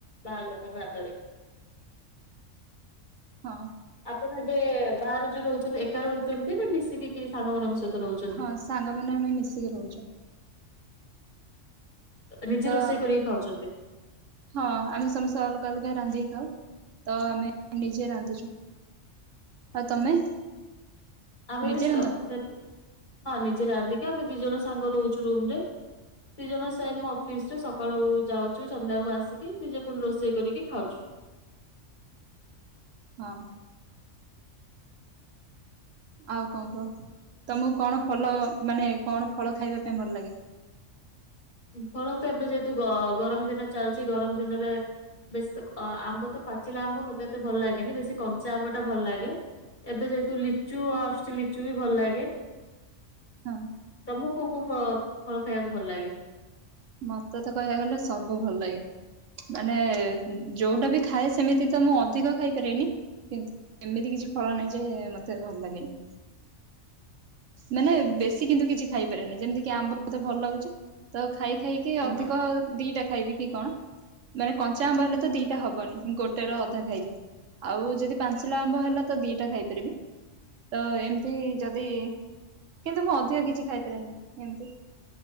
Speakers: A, on the left; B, on the right.
A: ବାହାର ଲୋକଙ୍କ ହାତରେ।
B: ହଁ।
A: ଆପଣ ଏବେ ବାହାରେ ଯୋଉ ରହୁଛନ୍ତି ଏକା ରହୁଛନ୍ତି ନା ମିଶିକି କି ସାଙ୍ଗମାନଙ୍କ ସହିତ ରହୁଛନ୍ତି?
B: ହଁ ସାଙ୍ଗମାନେ ଆମେ ମିଶିକି ରହୁଛୁ।
A: ନିଜେ
B: ତ
A: ରୋଷେଇ କରିକି ଖାଉଛନ୍ତି
B: ହଁ ଆମେ ସମସ୍ତେ ଅଲଗା ଅଲଗା ରାନ୍ଧିକି ଖାଉ, ତ ଆମେ ନିଜେ ରାନ୍ଧୁଛୁ। ଆଉ ତମେ
A: ଆମେ
B: ନିଜେ
A: ବି ସ
B: ରାନ୍ଧ?
A: ହଁ ନିଜେ ରାନ୍ଧିକି ଆମେ ଦି ଜଣ ସାଙ୍ଗ ରହୁଛୁ ରୁମରେ। ଦି ଜଣ ସେମ ଅଫିସରେ, ସକାଳୁ ଯାଉଛୁ ସନ୍ଧ୍ୟାକୁ ଆସିକି ନିଜେ ପୁଣି ରୋଷେଇ କରିକି ଖାଉଛୁ।
B: ହଁ। ଆଉ କଣ କୁହ। ତମକୁ କଣ ଫଲ ମାନେ କଣ ଫଳ ଖାଇବା ପାଇଁ ଭଲ ଲାଗେ?
A: ଫଳ ତ ଏବେ ଯେହେତୁ ଗରମ ଦିନ ଚାଲିଛି ଗରମ ଦିନରେ ବେଶୀ ତ ଅ ଆମ୍ବ ତ ପାଚିଲା ଆମ୍ବ ମତେ ଏତେ ଭଲ ଲାଗେନି ବେଶୀ କଞ୍ଚା ଆମ୍ବ ଟା ଭଲ ଲାଗେ। ଏବେ ଯେହେତୁ ଲିଚୁ ଆସୁଛି ଲିଚୁ ବି ଭଲ ଲାଗେ।
B: ହଁ।
A: ତମକୁ କୋଉ କୋଉ ଫ- ଫଳ ଖାଇବାକୁ ଭଲ ଲାଗେ?
B: ମତେ ତ କହିବାକୁ ଗଲେ ସବୁ ଭଲ ଲାଗେ। ମାନେ ଯୋଉଟା ବି ଖାଏ ସେମିତି ତ ମୁଁ ଅଧିକ ଖାଇ ପାରିବିନି, କିନ୍ତୁ ଏମିତି କିଛି ଫଳ ନାଇଁ ଯେ ମତେ ଭଲ ଲାଗେନି। ମାନେ ବେଶୀ କିନ୍ତୁ କିଛି ଖାଇପାରେନି। ଯେମିତି କି ଆମ୍ବ ମତେ ଭଲ ଲାଗୁଛି ତ ଖାଇ ଖାଇକି
A: ହଁ
B: ଅଧିକ ଦିଟା ଖାଇବି କି କଣ? ମାନେ କଞ୍ଚା ଆମ୍ବ ହେଲେ ତ ଦିଟା ହବନି ଗୋଟେ ର ଅଧା ଖାଇବି। ଆଉ ଯଦି ପାଞ୍ଚିଲା ଆମ୍ବ ହେଲା ତ ଦିଟା ଖାଇପାରିବି। ତ ଏମତି ଯଦି, କିନ୍ତୁ ମୁଁ ଅଧିକ କିଛି ଖାଇପାରେନି ଏମତି।